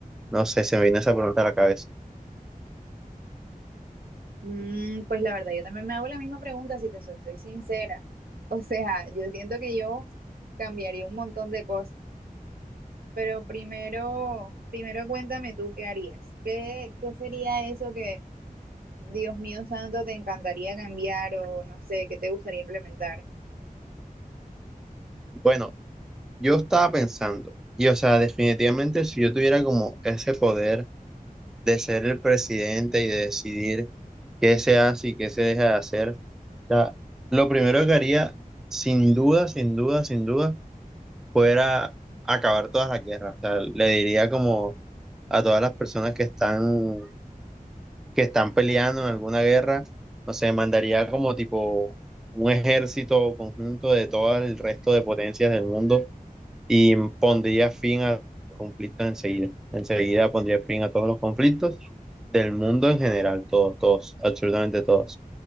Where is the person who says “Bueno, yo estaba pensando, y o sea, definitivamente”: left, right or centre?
Centre